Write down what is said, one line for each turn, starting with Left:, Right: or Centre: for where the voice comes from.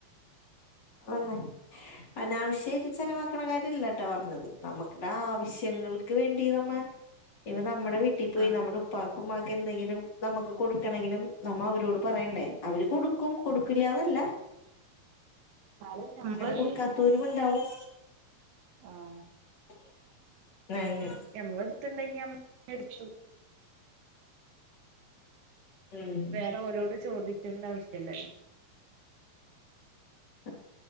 Left: ആന്നൊ അനാവിശ്യായിട്ട് ചെലവാക്ക്ണ കാര്യല്ല ട്ടോ പറഞ്ഞത് നമ്മക്ടെ ആവശ്യങ്ങൾക്ക് വേണ്ടി നമ്മ ഇപ്പ നമ്മടെ വീട്ടി പോയി
Right: ആഹ്
Left: നമ്മടെ
Right: ആഹ്
Left: ഉപ്പാക്കും ഉമ്മാക്കും എന്തെങ്കിലും നമുക്ക് കൊടുക്കണെങ്കിലും നമ്മ അവരോട് പറയണ്ടേ അവര് കൊടുക്കും കൊടുക്കില്ലാന്നല്ല
Right: എന്നാലും നമ്മളൊരു
Left: അങ്ങനെ കൊടുക്കാത്തൊരുമുണ്ടാവാം
Right: ആഹ്
Left: <unintelligible>
Right: ഞമ്മളെ എട്ത്ത്ണ്ടെങ്കി ഞമ്മള് മേടിച്ചു
Left: ഉം
Right: വേറെ ഓലോട് ചോദിക്കണ്ട ആവിശ്യല്ലല്ലോ
Left: ആഹ്